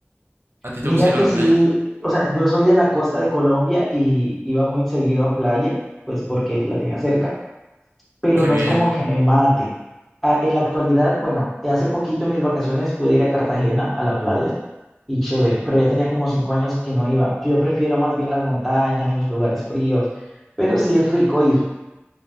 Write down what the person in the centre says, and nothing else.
Mira
que
sí,
o sea, yo soy de la costa de Colombia y iba muy seguido a playa, pues porque la tenía cerca, pero
no
es como que me mate. Ah, en la actualidad, bueno, hace poquito en mis vacaciones pude ir a Cartagena a la playa y chévere, pero ya tenía como cinco años que no iba. Yo prefiero más bien las montañas, los lugares fríos, pero sí es rico ir,